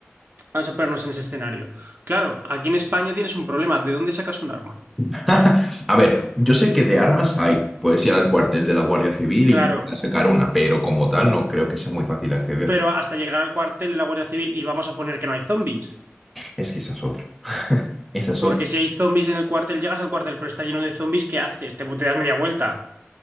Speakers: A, on the right; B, in the centre.
A: Vamos a ponernos en ese escenario. Claro, aquí en España tienes un problema. ¿De dónde sacas un arma?
B: <laughs> A ver, yo sé que de armas hay. Puedes ir al cuartel de la Guardia Civil
A: Claro,
B: e intentar sacar una, pero como tal no creo que sea muy fácil acceder.
A: pero hasta llegar al cuartel de la Guardia Civil y vamos a poner que no hay zombies.
B: Es que esa es otra. <laughs> Esa es
A: Porque
B: otra.
A: si hay zombies en el cuartel, llegas al cuartel, pero está lleno de zombies, ¿qué haces? Te, te das media vuelta.